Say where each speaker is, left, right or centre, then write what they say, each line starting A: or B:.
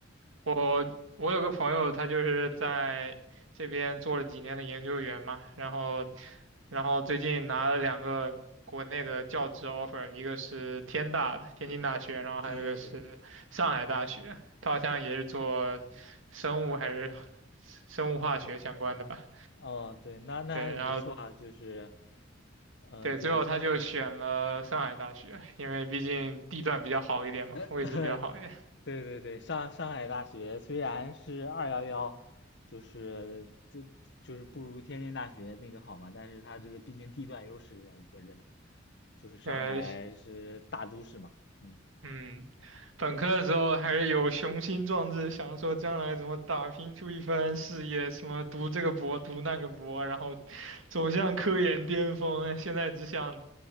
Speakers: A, on the right; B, on the left.
A: 我我有个朋友，他就是在这边做了几年的研究员嘛，然后然后最近拿了两个国内的教职 offer，一个是天大的天津大学，然后还有一个是上海大学，
B: 前一段时间
A: 他好像也是做生物还是生物化学相关的吧，
B: 哦，对，那那还很不错啊，
A: 对，然后
B: 就是，嗯、
A: 对，
B: 对，
A: 最后他就选了上海大学，因为毕竟地段比较好一点嘛，
B: <laughs>
A: 位置比较好一点，
B: 对对对，上上海大学虽然是二幺幺，就是就就是不如天津大学那个好嘛，但是它这个毕竟地段优势在搁着呢，就是上海是大都市嘛，
A: 对，
B: 嗯，
A: 嗯，本科的时候还是有雄心壮志，想说将来怎么打拼出一番事业，什么读这个博，读那个博，然后走向科研巅峰。现在只想，